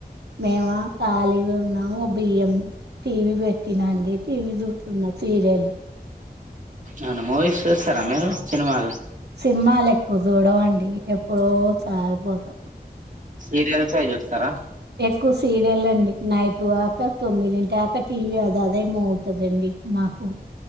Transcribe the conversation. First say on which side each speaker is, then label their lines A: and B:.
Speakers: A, on the right; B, on the right.
A: మేమా ఖాళీగా ఉన్నాం ఒక బియ్యం టీవీ పెట్టినాండి టీవీ చుస్. తిన్న సీరియల్.
B: అవునా మూవీస్ చుస్తారా మీరు. సినిమాలు
A: సినిమాలు ఎక్కువ చూడమండి ఎప్పుడో ఒక సారిపోతాం.
B: సీరియల్స్ యే చూస్తారా.
A: మాకు సీరియలే అండి నైట్ దాక తొమ్మిదింటాక టీవీ అది అదేమోగుతదండి మాకు.